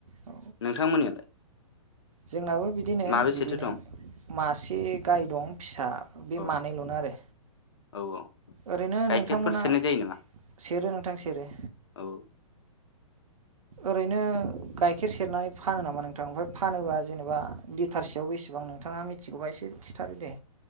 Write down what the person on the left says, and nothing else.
नोंथांमोननियालाय
माबेसेथो
दं
औ
औ औ
गाइखेरफोर
सेरनाय जायो नामा
औ